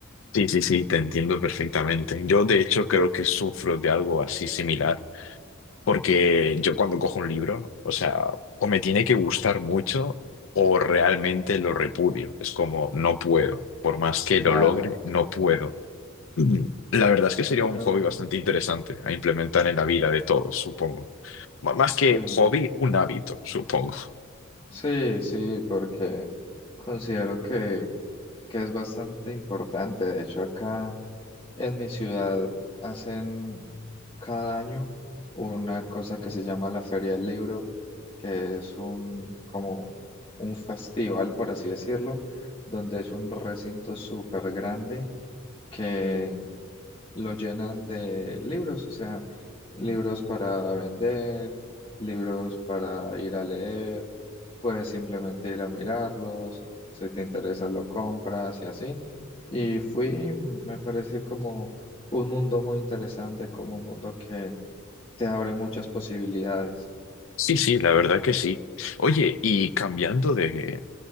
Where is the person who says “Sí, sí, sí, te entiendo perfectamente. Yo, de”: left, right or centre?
Left